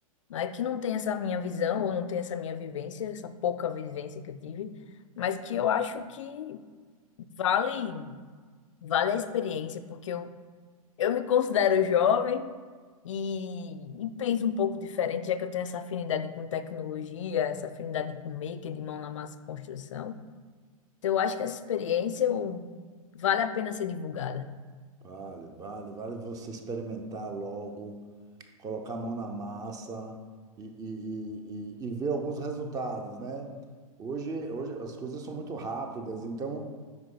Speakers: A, on the left (about 60°); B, on the right (about 20°).
A: Não é que não tem essa minha visão ou não tem essa minha vivência, essa pouca vivência que eu tive, mas que eu acho que vale vale a experiência, porque eu, eu me considero jovem e, e penso um pouco diferente, já que eu tenho essa afinidade com tecnologia, essa afinidade com maker, de mão na massa, e construção. Então, eu acho que essa experiência eu- vale a pena ser divulgada.
B: Vale, vale, vale você experimentar logo, colocar a mão na massa e, e, e, e e ver alguns resultados, né? Hoje, hoje as coisas são muito rápidas, então